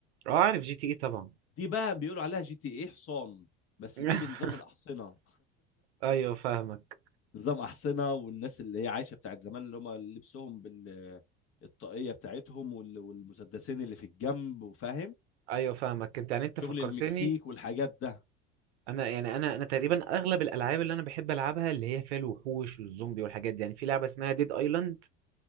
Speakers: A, on the right; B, on the left.
A: اه عارف جي تي اي طبعا
B: دي بقى بيقولوا عليها جي تي ايه حصان بس
A: <laughs>
B: دي بنظام الاحصنه
A: ايوه فاهمك
B: نظام احصنه والناس اللي هي عايشه بتاعت زمان اللي هم لبسهم بال الطاقيه بتاعتهم وال- والمسدسين اللي في الجنب وفاهم
A: ايوه فاهمك انت يعني انت فكرتني
B: شغل المكسيك والحاجات ده
A: انا يعني انا انا تقريبا اغلب الالعاب اللي انا بحب العبها اللي هي فيها الوحوش والزومبي والحاجات دي يعني في لعبه اسمها ديد ايلاند